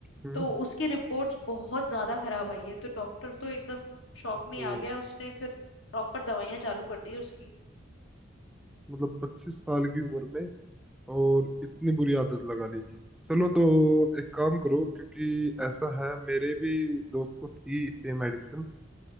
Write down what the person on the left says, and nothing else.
तो उसकी रिपोर्ट्स बहुत ज्यादा खराब आई है तो डॉक्टर तो एकदम शॉक में
ही आ गया उसने फिर प्रॉपर दवाइयां चालू कर दी उसकी